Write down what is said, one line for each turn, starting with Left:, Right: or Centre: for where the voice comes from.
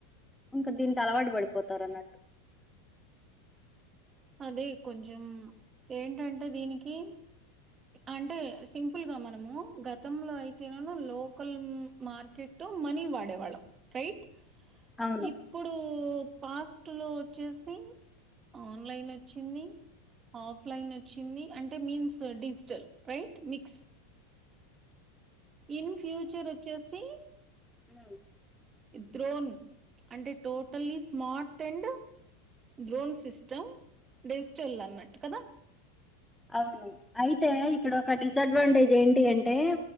Centre: ఇంక దీనికి అలవాటు పడిపోతారు అన్నట్టు.
Right: అదే కొంచెం ఏంటంటె దీనికి అంటె సింపుల్ గా మనము గతంలో అయితేన లోకల్ మార్కెట్టు మనీ వాడేవాళ్ళం రైట్
Centre: అవును.
Right: ఇప్పుడు పాస్ట్ లో వచ్చేసి అవును ఆన్లైన్ వచ్చింది ఆఫ్లైన్ వచ్చింది అంటే means digital right mix in future వచ్చేసి
Centre: ఆ
Right: డ్రోన్ అంటే totally smart and drone system digital అన్నట్టు కదా
Centre: అవును అయితే ఇక్కడ ఒక డిసడ్వాంటేజ్ ఏంటి అంటె టే